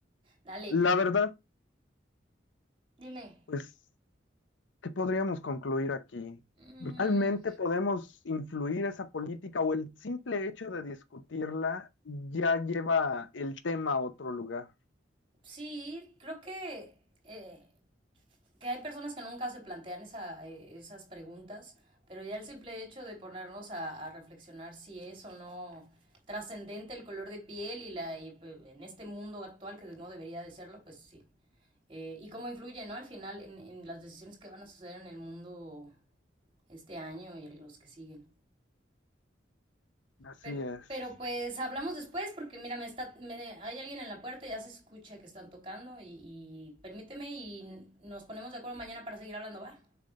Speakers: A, on the right (about 30°); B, on the left (about 80°).
A: Dale,
B: la verdad,
A: dime.
B: pues, ¿qué podríamos concluir aquí?
A: Mm,
B: ¿Realmente podemos influir esa política o el simple hecho de discutirla ya lleva el tema a otro lugar?
A: sí, creo que... eh, que hay personas que nunca se plantean esa, eh, esas preguntas, pero ya el simple hecho de ponernos a, a reflexionar si es o no trascendente el color de piel y, la, y, pues, en este mundo actual que no debería de serlo, pues sí. Eh, y cómo influye, ¿no? Al final en, en, las decisiones que van a suceder en el mundo este año y los que siguen.
B: Así
A: Pero,
B: es.
A: pero pues hablamos después porque mira, me está, me, hay alguien en la puerta, ya se escucha que están tocando y, y permíteme y nos ponemos de acuerdo mañana para seguir hablando, ¿va?